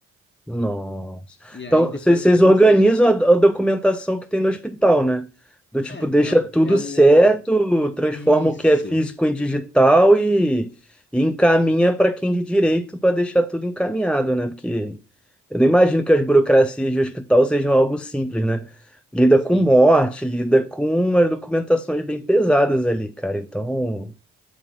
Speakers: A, in the centre; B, on the left.
A: Nossa.
B: E
A: Então,
B: aí, depois
A: vocês vocês
B: desse processo,
A: organizam a, a documentação que tem no hospital, né? Do tipo,
B: é, é,
A: deixa tudo
B: é o.
A: certo,
B: o-
A: transforma
B: Isso,
A: o que é físico em digital e, e encaminha para quem de direito para deixar tudo encaminhado, né? Porque eu não imagino que as burocracias de hospital sejam algo simples, né? Lida
B: sim.
A: com morte, lida com umas documentações bem pesadas ali, cara. Então,